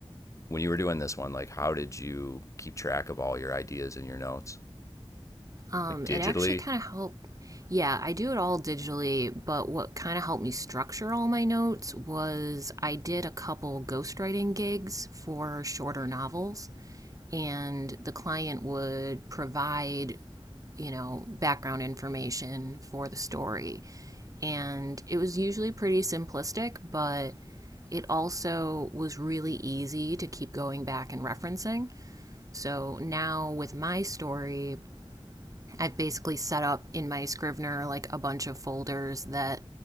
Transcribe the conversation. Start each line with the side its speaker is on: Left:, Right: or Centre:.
Left: When you were doing this one, like how did you keep track of all your ideas and your notes?
Right: um,
Left: Like digitally?
Right: it actually kind of helped. Yeah, I do it all digitally, but what kind of helped me structure all my notes was I did a couple ghostwriting gigs for shorter novels, and the client would provide, you know, background information for the story. And it was usually pretty simplistic, but it also was really easy to keep going back and referencing. So now with my story, I've basically set up in my Scrivener like a bunch of folders that